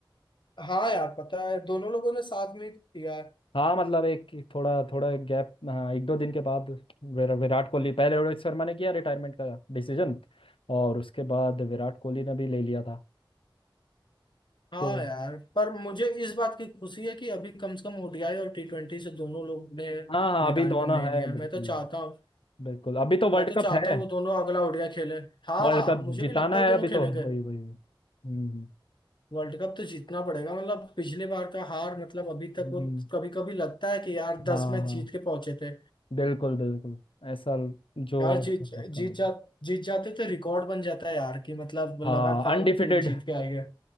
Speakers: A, on the left; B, on the left.
A: हाँ यार पता है दोनों लोगों ने साथ में दिया है
B: हाँ मतलब एक थोड़ा थोड़ा गैप हाँ एक दो दिन के बाद विरा- विराट कोहली पहले रोहित शर्मा ने किया रिटायरमेंट का डिसीजन और उसके बाद विराट कोहली ने भी ले लिया था
A: हाँ
B: तो
A: यार पर मुझे इस बात की खुशी है कि अभी कम से कम ओडीआई और टी ट्वेंटी से दोनों लोग ने रिटायरमेंट
B: हाँ हाँ अभी दोनों
A: नहीं
B: है
A: लिया है।
B: बिल्कुल
A: मैं तो चाहता हूँ
B: बिल्कुल अभी तो वर्ल्ड
A: मैं तो
B: कप
A: चाहता
B: है
A: हूँ वो दोनों अगला ओडीआई खेले हाँ
B: वर्ल्ड कप
A: मुझे
B: जिताना
A: भी लगता है
B: है
A: वो दोनों
B: अभी
A: खेलेंगे
B: तो वही वही हम्म
A: वर्ल्ड कप तो जीतना पड़ेगा मतलब पिछले बार का हार मतलब अभी तक
B: हम्म,
A: वो कभी कभी लगता है कि यार
B: हाँ
A: दस मैच
B: हाँ
A: जीत के पहुंचे थे
B: बिल्कुल बिल्कुल ऐसा जो
A: यार जीत
B: पक्का
A: जीत
B: लग
A: जा
B: रहा है
A: जीत जाते तो रिकॉर्ड बन जाता है यार कि मतलब लगातार
B: हाँ अनडिफिटेड
A: टीम जीत के आई है